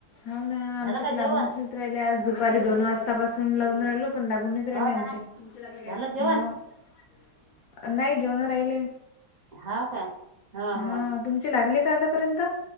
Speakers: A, on the left (about 70°); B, on the right (about 45°).
A: होवना आमच्या
B: झालं का
A: तर लागूनच
B: जेवण
A: पेहल आज दुपारी दोन वाजतापसून लाव राहिलो पण ला गुनत राहिले
B: हो
A: नाही
B: ना
A: आमचे
B: झालं जेवण
A: हा नाही जेवण राहिले
B: हाव काय हो
A: हा
B: हो
A: तुमचे लागले का आतापर्यंत